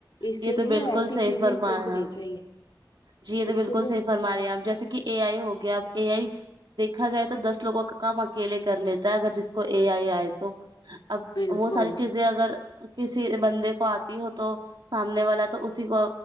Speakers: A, on the left; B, on the right.
A: اسی
B: یہ تو
A: لیے
B: بالکل
A: ایسی
B: صحیح
A: چیزیں
B: فرمایا
A: سیکھنی چاہیے
B: جی یہ تو
A: اسی
B: بالکل
A: لیے
B: صحیح فرما رہیا آپ جیسے کہ اے آئی ہوگی اب اے آئی دیکھا جائے تو دس لوگوں کا کام اکیلے کر لیتا ہے اگر جس کو اے آئی آئے تو اب
A: بالکل
B: وہ ساری چیزیں اگر کسی بندے کو آتی ہو تو سامنے والا تو اسی کو